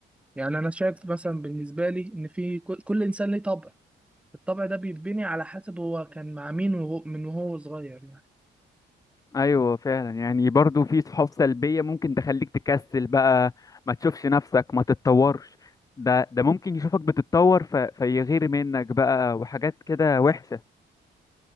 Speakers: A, in the centre; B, on the left.
A: يعني أنا شايف مثلا بالنسبة لي إن في كل كل إنسان ليه طبع الطبع ده بيتبني على حسب هو كان مع مين وهو من وهو صغير يعني
B: ايوه فعلا يعني برضو في صحاب سلبية ممكن تخليك تكسل بقى ما تشوفش نفسك ما تتطورش ده ده ممكن يشوفك بتتطور ف... فيغير منك بقى وحاجات كده وحشة